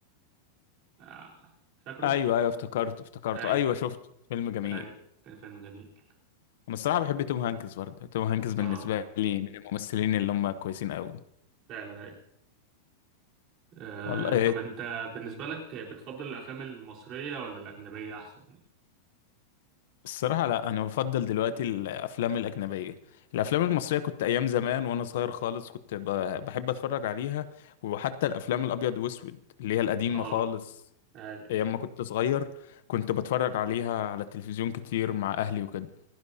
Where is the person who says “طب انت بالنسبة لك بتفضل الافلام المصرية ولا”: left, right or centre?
Right